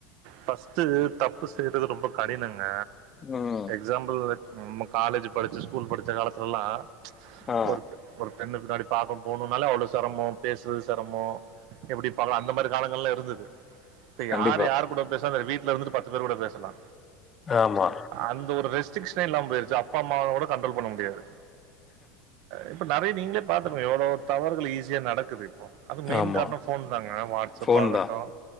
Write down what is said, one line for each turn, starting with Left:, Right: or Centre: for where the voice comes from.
Right: ஃபஸ்ட் தப்பு செய்யறது ரொம்ப கடினங்க
Left: ம்
Right: எக்ஸாம்பிள் நம்ம காலேஜ் படிச்சு ஸ்கூல் படிச்ச காலத்துலல்லா
Left: ஆ
Right: ஒரு ஒரு பெண்ணு பின்னாடி பாக்க போணுன்னாலே அவ்ளோ செரமோ பேஸ் ரமோ எப்டி பாக்கலா அந்த மாரி காலங்கள் லா இருந்தது இப்ப
Left: கண்டிப்பா
Right: யார் யார் கூட பேஸ்னா செரி வீட்டுல இருந்துட்டு பத்து பேரு கூட பேசலா
Left: ஆமா
Right: அந்த ஒரு ரெஸ்ட்ரிக்ஷனே இல்லாம போயிருச்சு அப்பா அம்மா கூட கண்ட்ரோல் பண்ண முடியாது இப்ப நெறைய நீங்களே பாத்துகுவிங்க எவ்ளவு தவறுகள் ஈஸியா நடக்குது இப்போ அது மெயின்
Left: ஆமா
Right: காரணம் ஃபோன் தாங்க வாட்ஸ்அப்
Left: ஃபோன்
Right: ஆகட்டும்
Left: தா